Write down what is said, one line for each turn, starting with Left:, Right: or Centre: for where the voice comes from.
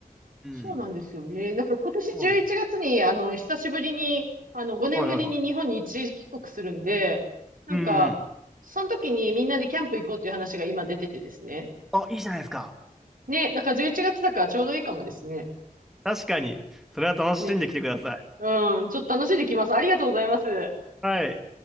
Centre: うん。
Right: そうなんですよね。なんか今年11月に、
Centre: そうですよ。
Right: あの、久しぶりに、あの、5年ぶりに日本に一時帰国するんで、
Centre: はいはいはい。
Right: なんか、
Centre: うんうん。
Right: その時にみんなでキャンプ行こうっていう話が今出ててですね。
Centre: あ、いいじゃないですか。
Right: ね、だから11月だからちょうどいいかもですね。
Centre: 確かに。それは楽しんできてください。
Right: ね。うん、ちょっと楽しんできます。ありがとうございます。
Centre: はい。